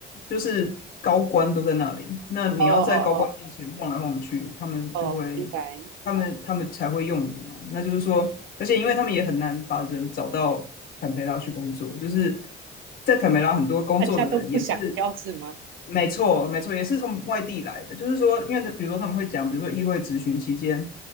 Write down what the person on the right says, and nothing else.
哦哦
哦哦，明白。
大家都不想要是吗？